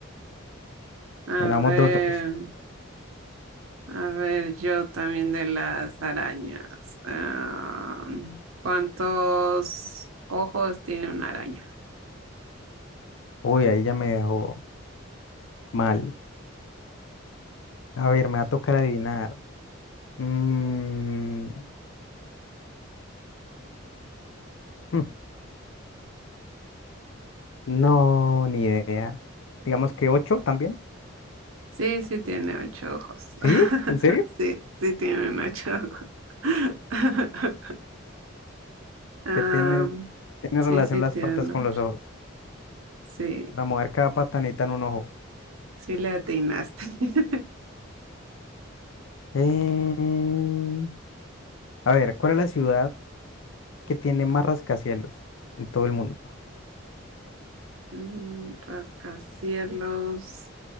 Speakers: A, on the right; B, on the left.
A: A
B: Bueno, vamos
A: ver.
B: dos, dos.
A: A ver, yo también de las arañas. Ah, ¿cuántos ojos tiene una araña?
B: Uy, ahí ya me dejó mal. A ver, me va a tocar adivinar. Mm, hmm, no, ni idea. Digamos que ocho también.
A: Sí, sí tiene ocho ojos.
B: ¿Sí?
A: <laughs>
B: ¿En serio?
A: Sí, sí tienen ocho ojos. <laughs> Ah,
B: Que tiene, tiene
A: sí,
B: relación
A: sí
B: las
A: tienen
B: patas con
A: ocho.
B: los ojos.
A: Sí,
B: Para mover cada pata necesitan un ojo.
A: sí le atinaste. <laughs>
B: Eh, a ver, ¿cuál es la ciudad que tiene más rascacielos en todo el mundo?
A: Mm, Rascacielos,